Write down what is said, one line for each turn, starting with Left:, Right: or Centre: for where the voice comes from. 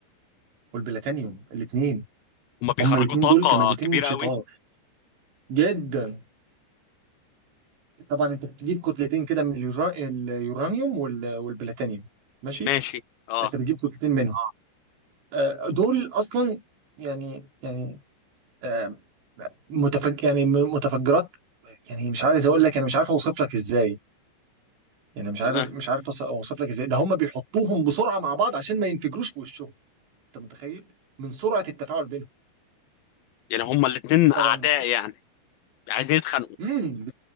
Right: والبلاتينيوم الاثنين
Left: هما بيخرجوا
Right: هما الاثنين
Left: طاقة
Right: دول كمادتين
Left: كبيرة
Right: شطار
Left: قوي
Right: جدا طبعا انت بتجيب كتلتين كده من اليورا- اليورانيوم وال- والبلاتينيوم ماشي
Left: ماشي اه
Right: انت بتجيب كتلتين منهم اه آه، دول اصلا يعني يعني آه، متفج يعني م- متفجرات يعني مش عايز اقول لك انا مش عارف اوصف لك ازاي يعني مش عارف
Left: آه.
Right: مش عارف أوص- اوصف لك ازاي ده هم بيحطوهم بسرعه مع بعض عشان ما ينفجروش في وشهم انت متخيل من سرعه التفاعل بينهم
Left: يعني هما الاتنين
Right: طبعا
Left: اعداء يعني عايزين يتخانقوا
Right: امم